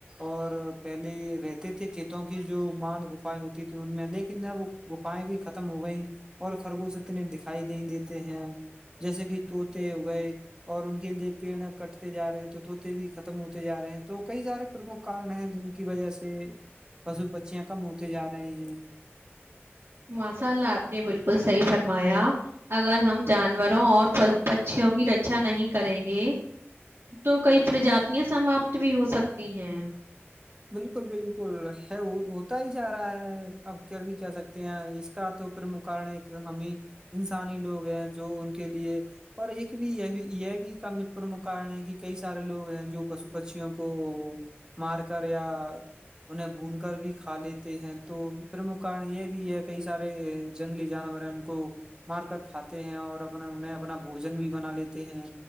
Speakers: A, on the right (about 15°); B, on the right (about 60°).
A: اور پہلے رہتے تھے کھیتوں کی جو ماند گفائیں ہوتی تیں ان میں لیکن اب گفائیں بھی ختم ہو گئییں اور خرگوش اتنے دکھائی نہیں دیتے ہیں جیسے کہ طوط ہو گئے اور ان کے لیے پیڑ کٹتے جا رہے ہیں تو ط توط بھی ختم ہوتے جا رہے ہیں تو کئی سارے پرمکھ کارن ہیں جن کی وجہ سے پشو پھیاں کم ہوتے جا رہے ہیں
B: ماشاء اللہ آپ نے بالکل صحیح فرمایا اگر ہم جانیں جانوروں اور پچیوں کی رچا نہیں کریں گے تو کئی پرجاتیاں سماپت بھی ہو سکتی ہیں
A: بالکل بالکل ہے وہ ہوتا ہی جا رہا ہے ا بھی کہ سکتے ہیں اس کا تو پرمکھ کارن ایک ہمیں انسانی لوگ ہیں جو ان کے لیے اور ایک بھی یہ یہ بھی کا پرمکھ کارن ہے کہ کئی سارے لوگ ہیں جو پشو پشیوں کو مار یا انہیں بھون کر بھی کھا لیتے ہیں تو پرمکھ کارن یہ بھی ہے کئی سارے جنگلی جانور ہیں ان کو مار کر کھاتے ہیں اور اپنا انہیں اپنا بوجن بھی بنا لیتے ہیں